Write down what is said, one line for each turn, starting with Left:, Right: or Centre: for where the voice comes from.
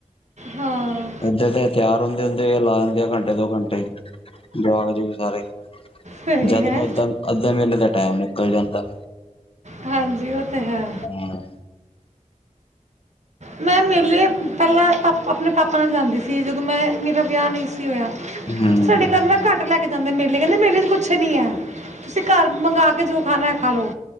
Right: ਹਾਂ।
Left: ਇਏਧਰ ਦੇ ਤਿਆਰ ਹੁੰਦੇ- ਹੁੰਦੇ ਲਾ ਦਿੰਦੇ ਆ ਘੰਟੇ ਦੋ ਘੰਟੇ ਜੁਆਕ -ਜੁਆਕ ਸਾਰੇ
Right: ਸਹੀ
Left: ਜਦ
Right: ਹੈ,
Left: ਨੂੰ ਅੱਧਾ ਅੱਧੇ ਵੇਲੇ ਦਾ ਟਾਈਮ ਨਿਕਲ ਜਾਂਦਾ
Right: ਹਾਂਜੀ ਉਹ ਤੇ ਹੈ।
Left: ਹੁੰ
Right: ਮੈਂ ਮੇਲੇ ਪਹਿਲਾਂ ਪਾਪ ਆਪਣੇ ਪਾਪਾ ਨਾਲ ਜਾਂਦੀ ਸੀ, ਜਦੋਂ ਮੈਂ ਮੇਰਾ ਵਿਆਹ ਨਹੀਂ ਸੀ ਹੋਇਆ।
Left: ਹੁੰ
Right: ਕਰਨਾ ਘੱਟ ਲੈ ਕੇ ਜਾਂਦੇ ਮੇਲੇ, ਕਹਿੰਦੇ ਮੇਲੇ ਚ ਕੁੱਛ ਨੀ ਐ। ਤੁਸੀਂ ਘਰ ਮੰਗਾ ਕੇ ਜੋ ਖਾਣਾ ਏ ਖਾਲਓ।